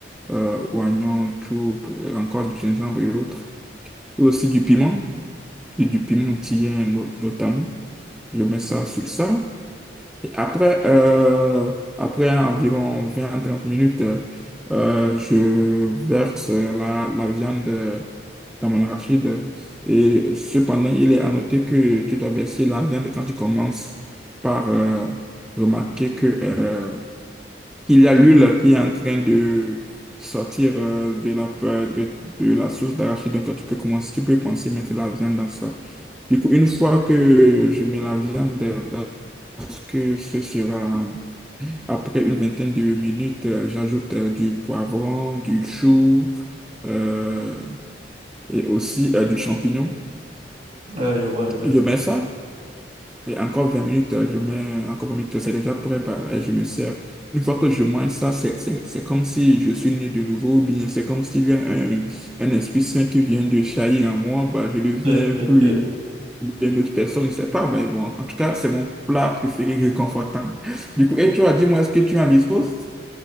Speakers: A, in the centre; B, on the right.
A: euh, oignons, tout, encore du gingembre et autres. Et aussi du piment, et du piment tien no- notamment. Je mets ça sur ça. Et après, euh, après environ 20 trente minutes, euh, euh, je verse la, la viande dans mon arachide. Et cependant, il est à noter que tu dois verser la viande quand tu commences par euh, remarquer que, euh, qu'il y a l'huile qui est en train de sortir euh, de la, de, de la sauce d'arachide. Donc, tu peux commencer, tu peux penser mettre la viande dans ça. Du coup, une fois que je mets la viande euh, pense que ce sera après une vingtaine de minutes, euh, j'ajoute euh, du poivron, du chou euh, et aussi euh, du champignon.
B: Ah, je vois un peu.
A: Je mets ça et encore 20 minutes, euh, je mets encore vingt minutes, c'est déjà prêt, bah, et je me sers. Une fois que je mange ça, c'est c'est- c'est comme si je suis né de nouveau, ou bien c'est comme s'il y a un, un esprit saint qui vient de jaillir en moi, bah, je deviens
B: <laughs>
A: plus. une autre personne, je sais pas, mais bon, en tout cas, c'est mon plat préféré réconfortant. Du coup, et toi, dis-moi, est-ce que tu en disposes?